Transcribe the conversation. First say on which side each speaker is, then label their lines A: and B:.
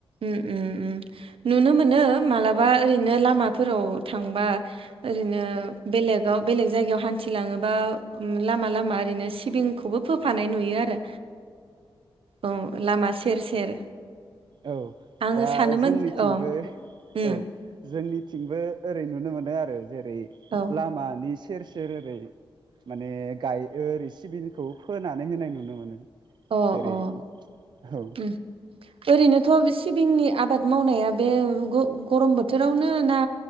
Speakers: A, on the right; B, on the right.
A: उम उम उम नुनो मोनो मालाबा ओरैनो लामाफोराव थांबा ओरैनो बेलेकआव बेलेक जायगायाव हान्थि लाङोबा लामा लामा ओरैनो सिबिंखौबो फो फानाय नुयो आरो औ लामा सेर सेर
B: औ
A: आङो
B: दा
A: सानोमोन
B: जोंनिथिंबो
A: अ उम
B: औ जोंनिथिंबो ओरै नुनो मोनदों आरो जेरै
A: औ
B: लामानि सेर सेर ओरै माने गायो ओरै सिबिंखौ फोनानै होनाय नुनो मोनो।
A: अ
B: जेरै
A: अ
B: औ
A: उम ओरैनोथ' सिबिंनि आबाद मावनाया बे गरम बोथोरावनो ना